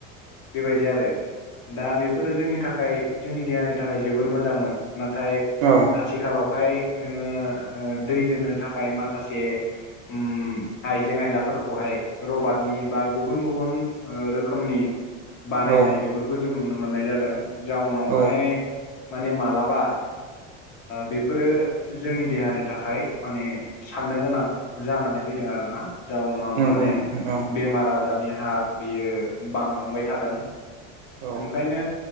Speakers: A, on the left; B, on the right.
A: बेबायदि आरो दा बेफोरो जोंनि थाखाय जोंनि देहानि थाखाय जोबोद मोजांमोन नाथाय
B: औ
A: आथिखालावहाय नोङो दै दोनो थाखाय माखासे उम आइजें आइलाफोरखै हाय रबादनि बा गुब गुबुन गुबुन रोखोमनि बानायनाय
B: औ
A: बेफोरखौ जों नुनो मोननाय जादों जाउनावहाय
B: औ
A: माने मालाबा बेफोरो जोंनि देहानि थाखाय माने साननो गोनां जानानै फैदों आरोना जाउनाव
B: नंगौ
A: माने
B: नोंथां औ
A: बेमार आजारनि हार बियो बांलांबाय थादों
B: औ
A: ओंखायनो